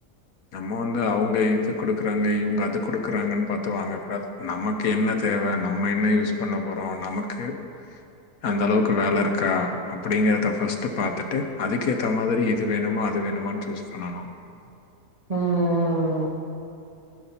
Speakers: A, on the left; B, on the right.
A: நம்ம வந்து அவங்க இது கொடுக்குறாங்க இவங்க அது கொடுக்குறாங்கன்னு பத்து வாங்க கூடாது நமக்கு என்ன ன்ன தேவ நம்ம என்ன யூஸ் பண்ண போறோ நமக்கு அந்த அளவுக்கு வேல இருக்கா அப்டிங்கறத ஃபஸ்ட் பாத்தட்டு அதுக்கேத்த மாதிரி இது வேணுமா அது வேணுமானு சூஸ் பண்ணனு
B: ம் ம் ம்